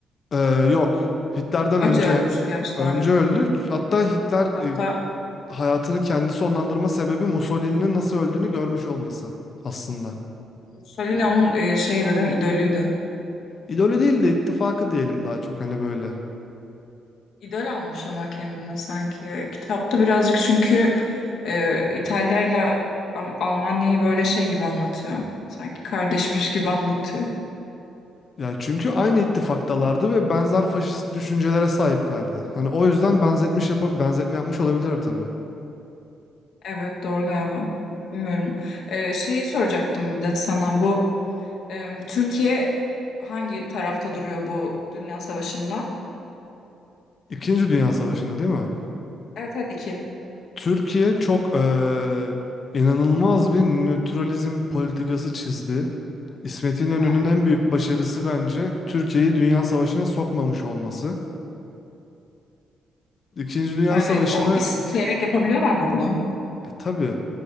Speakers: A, on the left; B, on the left.
A: Ee, yok. Hitler'den önce
B: Önce ölmüştü gerçi sonra.
A: önce öldü. Hatta Hitler e,
B: Hatta
A: hayatını kendi sonlandırma sebebi Mussolini'nin nasıl öldüğünü görmüş olması aslında.
B: Mussolini onun e, şeyi de değil mi? İdolüydü.
A: İdolü değil de ittifakı diyelim daha çok hani böyle.
B: İdol almış ama kendine sanki. Kitapta birazcık çünkü e, İtalya'yla Am- Almanya'yı böyle şey gibi anlatıyor. Sanki kardeşmiş gibi anlatıyor.
A: Ya çünkü aynı ittifaktalardı ve benzer faşist düşüncelere sahiplerdi. Hani o yüzden benzetmiş yapa benzetme yapmış olabilir tabii.
B: Evet doğru galiba. Bilmiyorum. Ee, şeyi soracaktım bir de sana bu e, Türkiye hangi tarafta duruyor bu Dünya Savaşı'nda?
A: İkinci Dünya Savaşı'nda değil mi?
B: Evet evet iki.
A: Türkiye çok eee, inanılmaz bir nötralizm politikası çizdi. İsmet İnönü'nün
B: Ha.
A: en büyük başarısı bence Türkiye'yi Dünya Savaşı'na sokmamış olması. İkinci Dünya
B: Yani
A: Savaşı'na
B: o isteyerek
A: ik-
B: yapabiliyorlar mı bunu?
A: e, tabii